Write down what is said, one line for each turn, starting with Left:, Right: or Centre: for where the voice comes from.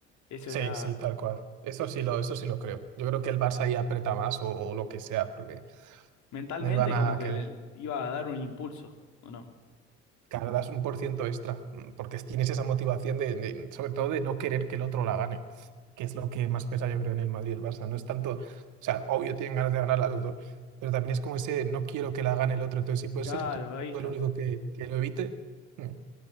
Left: Eso
Right: Sí,
Left: era
Right: sí, tal cual. Eso sí lo, eso sí lo creo. Yo creo que el Barça ahí aprieta más o, o lo que sea, porque
Left: mentalmente
Right: no iban a
Left: como que
Right: que
Left: le iba a dar un impulso, ¿o no?
Right: cargas un por ciento extra, mm, porque tienes esa motivación de, de- sobre todo de no querer que el otro la gane, que es lo que más pesa yo creo en el Madrid y el Barça. No es tanto, o sea, obvio tienen ganas de ganar las dos, pero también es como ese no quiero que la gane el otro. Entonces, si puedes
Left: Claro,
Right: ser tú
Left: ahí está.
Right: el único que, que lo evite, mm,